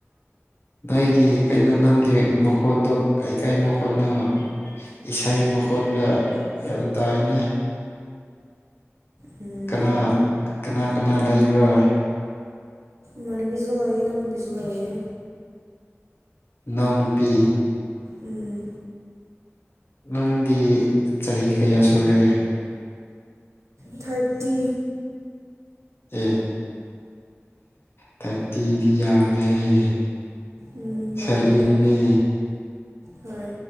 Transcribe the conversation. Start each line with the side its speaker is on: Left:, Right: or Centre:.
Left: ꯅꯣꯏꯒꯤ ꯀꯩꯅꯣ ꯅꯪꯒꯤ ꯃꯈꯣꯟꯗꯣ ꯀꯩꯀꯩ ꯃꯈꯣꯟꯅ ꯏꯁꯩ ꯃꯈꯣꯟꯒ ꯌꯥꯝ ꯇꯥꯅꯩ
Right: ꯎꯝ
Left: ꯀꯅꯥ ꯀꯅꯥ ꯀꯅꯥ ꯂꯩꯕ꯭ꯔꯥ
Right: ꯃꯥꯅ ꯕꯤꯖꯂꯋꯥ ꯅꯍꯅ ꯕꯤꯖꯜꯋꯥꯏꯌꯦ
Left: ꯏꯅꯥꯎꯅꯨꯄꯤ
Right: ꯎꯝ
Left: ꯅꯪꯗꯤ ꯆꯍꯤ ꯀꯌꯥ ꯁꯨꯔꯦ
Right: ꯊꯥꯔꯇꯤ
Left: ꯑꯦ ꯇꯇꯔꯤꯌꯥꯃꯦꯃꯦ
Right: ꯎꯝ ꯌꯥꯝꯕꯅꯦ
Left: ꯁꯔꯤꯅꯤꯅꯦ
Right: ꯍꯣꯏ